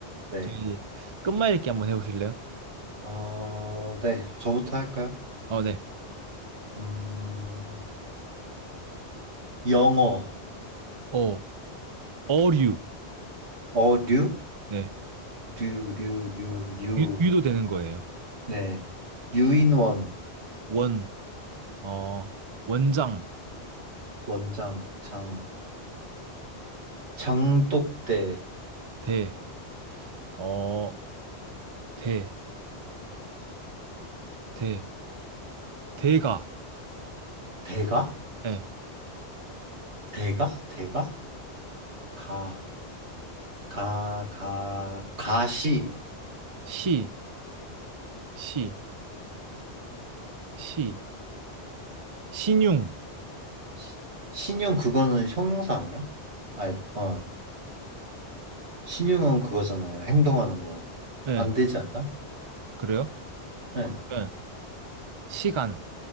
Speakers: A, on the right; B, on the right.
A: 네.
B: 저기 끝말잇기 한번 해보실래요?
A: 어, 네, 저부터 할까요?
B: 어, 네.
A: 음, 영어,
B: 어, 어류.
A: 어류,
B: 네.
A: 류, 류, 류, 유,
B: 유, 유도되는 거예요.
A: 네, 유인원,
B: 원, 어, 원장,
A: 원장, 장, 장독대,
B: 대, 어, 대, 대, 대가,
A: 대가,
B: 예,
A: 대가, 대가, 가, 가, 가, 가시,
B: 시, 시, 시, 신용,
A: 시- 신용 그거는 형용사 아니에요? 아, 어, 신용은 그거잖아요. 행동하는 거.
B: 예,
A: 안 되지 않나?
B: 그래요?
A: 네,
B: 예, 시간,